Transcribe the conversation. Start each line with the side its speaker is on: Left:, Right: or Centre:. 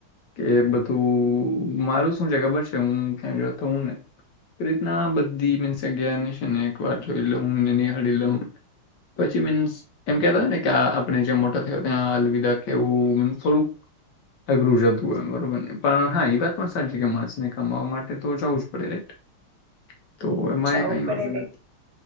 Left: કે બધું, મારું શું છે ખબર છે હું કતો. હોઉ ને એ રીતના બધી મીન્સ અગને એક વાર જોઈ લઉને, નિહાળી લઉ. પછી મીન્સ એમ કેતા હોય ને કે આપણે જ્યાં મોટા થયા, ત્યાં અલવિદા કેવું મી થોડુંક અઘરું જતું હોય બરોબરને પણ હા એ વાત પણ સાચી કે માણસને કમાવા માટે તો જવું જ પડે રાઈટ. તો એમાં
Right: જવું
Left: એ કઈ
Right: પડે
Left: વાંધો નથી.
Right: રાઈટ